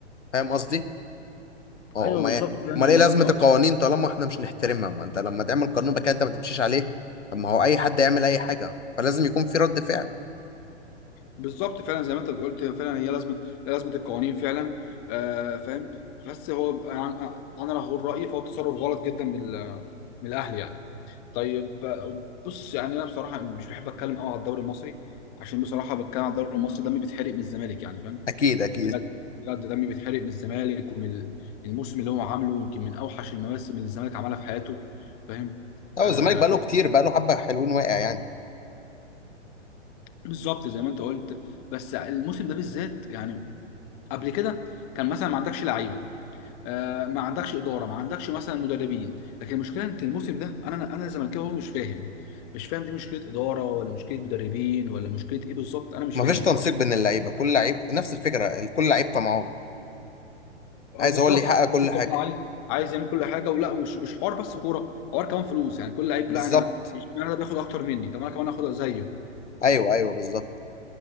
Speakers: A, on the left (about 80°); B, on the left (about 35°).
A: فاهم قصدي؟ اه
B: ايوه
A: امال
B: بالظبط
A: ايه
B: فعلا
A: امال ايه
B: زي
A: لازمه
B: ما انت قلت
A: القوانين طالما احنا مش نحترمها ما انت لما تعمل
B: بز-
A: قانون بقى كده انت ما تمشيش عليه طب ما هو اي حد يعمل اي حاجه فلازم يكون في رد فعل
B: بالظبط فعلا زي ما انت قلت فعلا هي لازمه لازمه القوانين فعلا آه فاهم بس هو انا أنا لو هقول رايي فهو تصرف غلط جدا من ال- من الاهلي يعني طيب آه، بص يعني انا بصراحه مش بحب اتكلم قوي على الدوري المصري عشان بصراحه بتكلم على الدوري المصري دمي بيتحرق من الزمالك يعني فاهم
A: اكيد اكيد
B: بجد بجد دمي بيتحرق من الزمالك ومن ال- الموسم اللي هو عامله يمكن من اوحش المواسم اللي الزمالك عملها في حياته فاهم
A: هو
B: آه،
A: الزمالك بقى له كتير بقى له حبه حلوين واقع يعني
B: بالظبط زي ما انت قلت بس الموسم ده بالذات يعني قبل كده كان مثلا ما عندكش لعيبه آه ما عندكش اداره ما عندكش مثلا مدربين لكن المشكله انت الموسم ده انا انا زملكاوي هو مش فاهم مش فاهم دي مشكله اداره ولا مشكله مدربين ولا مشكله ايه بالظبط انا مش
A: ما
B: فاهم
A: فيش
B: بصراحه
A: تنسيق بين اللعيبه كل لعيب نفس الفكره كل لعيب طمعان
B: اه
A: عايز
B: بالظبط
A: هو اللي يحقق
B: كان
A: كل
B: في طبعاً
A: حاجه
B: عايز عايز يعمل كل حاجه ولا مش مش حوار بس كوره حوار كمان فلوس يعني كل لعيب
A: بالظبط
B: لا انا اشمعنى ده بياخد اكتر مني طب انا كمان اخد زيه
A: ايوه ايوه بالظبط